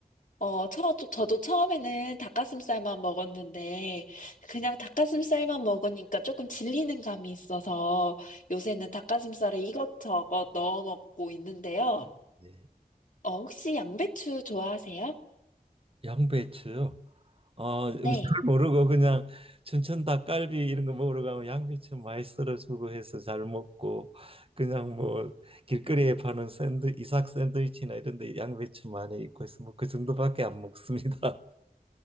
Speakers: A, on the left (about 60°); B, on the right (about 40°).
A: 어, 저, 저도 처음에는 닭가슴살만 먹었는데, 그냥 닭가슴살만 먹으니까 조금 질리는 감이 있어서 요새는 닭가슴살에 이것저것 넣어 먹고 있는데요.
B: 예.
A: 어, 혹시 양배추 좋아하세요?
B: 양배추요. 어, 음,
A: 네.
B: 잘 모르고 그냥 춘천 닭갈비 이런 거 먹으러 가면 양배추 많이 썰어주고 해서 잘 먹고 그냥 뭐 길거리에 파는 샌드 이삭 샌드위치나 이런 데 양배추 많이 있고 해서 뭐 그 정도밖에 안 먹습니다.